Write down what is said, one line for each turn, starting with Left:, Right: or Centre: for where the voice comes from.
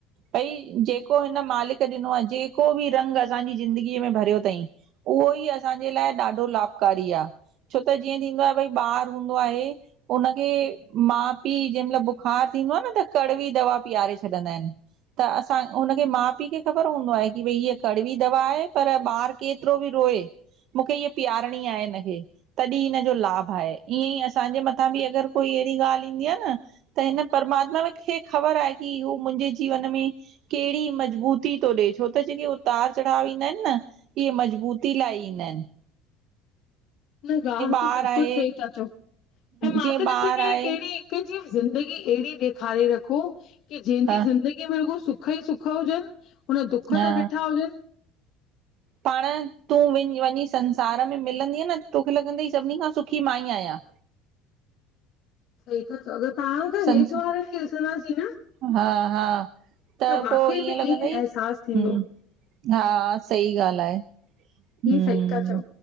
Right: भई जेको हिन मालिक ॾिनो आ, जेको बि रंग असांजी ज़िंदगीअ में भरियो अथई उहो ई असांजे लाइ ॾाढो लाभकारी आ, छो त जीअं थींदो आ भई ॿार हूंदो आहे उनखे मा पी जंहिं मइल बुखार थींदो आ न त कड़वी दवा पीआरे छॾींदा आहिन। त असां हुनखे मा पी खे ख़बर हूंदो आहे कि भई हीअ कड़वी दवा आहे पर ॿार केतिरो बि रोए मूंखे इअ पीआारणी आहे हिनखे तॾहिं हिन जो लाभ हा ईअं ई असांजे मथां बि अगरि कोई अहिड़ी ॻाल्हि ईंदी आ न त हिन परमात्मा खे ख़बर आहे कि हू मुंहिंजे जीवन में केड़ी मज़बूती थो ॾेए, छो त जेके उतार चढ़ाव ईंदा आहिन न इहे मज़बूती लाइ ईंदा आहिन।
Left: न ॻाल्हि
Right: ॿार
Left: त बिल्कुल
Right: आहे
Left: सही था चओ, ऐं मां
Right: जीअं
Left: त
Right: ॿार
Left: ॾिसंदी
Right: आहे
Left: आ केहड़ी ज़िंदगी एड़ी ॾेखारे रखो, के जहिंजी
Right: हा
Left: ज़िंदगी कि बिल्कुल सुख ई सुख हुजनि, हुन दुख
Right: हा
Left: न ॾिठा हुजन।
Right: पाण तूं विञ वंञी संसार में मिलंदीअ न तोखे लॻंदोे सभिनी खां सुखी मां ई आहियां।
Left: सही त चयो अर पाण खां
Right: संसार
Left: हेठि वारनि खे ॾिसंदासीं न
Right: हा- हा त
Left: वाकई
Right: पोइ ईअं
Left: में
Right: लॻंदई
Left: ई अहसासु थींदो
Right: ह हा सही ॻाल्हि आहे।
Left: हीअ
Right: हम्म
Left: सही था चओ,